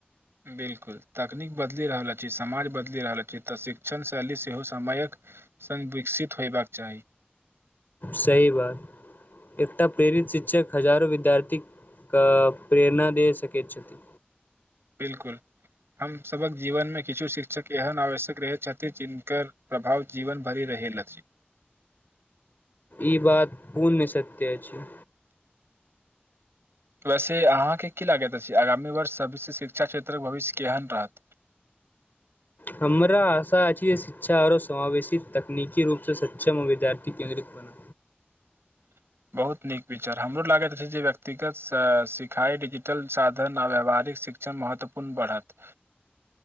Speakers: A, on the right; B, on the left.
A: बिलकुल तकनीक बदलि रहल अछि समाज बदलि रहल छी तऽ शिक्षण शैली सेहो समयक सङ्ग विकसित होयबाक चाही
B: सही बात एकटा प्रेरित शिक्षक हजारो विद्यार्थी क प्रेरणा दे सके छथि
A: बिलकुल हम सभक जीवनमे किछु शिक्षक एहन आवश्यक रह छथि जिनकर प्रभाव जीवन भरि रह भेल अछि
B: ई बात पुण्य सत्य अछि
A: वैसे अहाँकेँ की लागैत अछि आगामी वर्ष सभिस शिक्षा क्षेत्रक भविष्य केहन रहत
B: हमरा आशा अछि जे शिक्षा आओर समावेशित तकनीकी रूपसँ सक्षम विद्यार्थी केन्द्रित
A: <inaudible>
B: बना
A: बहुत नीक विचार हमरो लागैत रहै जे व्यक्तिगत सिखाई डिजिटल साधन आ व्याववहारिक शिक्षण महत्वपूर्ण बढ़त